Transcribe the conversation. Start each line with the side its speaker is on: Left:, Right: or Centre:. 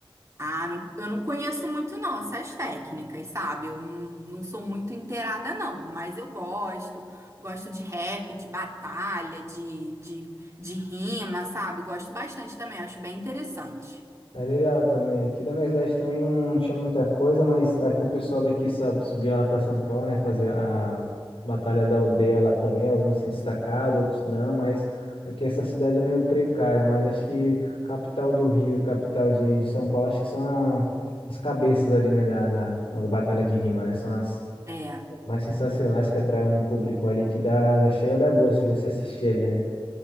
Right: Ah, não- eu não conheço muito não essas técnicas, sabe? Eu não, não sou muito inteirada não, mas eu gosto. Gosto de rap, de batalha, de, de, de rima, sabe? Gosto bastante também, acho bem interessante.
Left: É legal também. Aqui da minha cidade também não, não tinha muita coisa, mas aqui o pessoal daqui sabe, subia lá para São Paulo, né? Fazia a Batalha da Aldeia lá também. Alguns se destacaram, outros não, mas aqui essa cidade é meio precária. Mas acho que capital do Rio, capital de, de São Paulo, acho que são a- as cabeças ali, né? Da, da, nas batalhas de rima, né? São as
Right: É.
Left: mais sensacionais que atraem um público ali que dá, dá cheira, dá gosto de você assistir ali, né?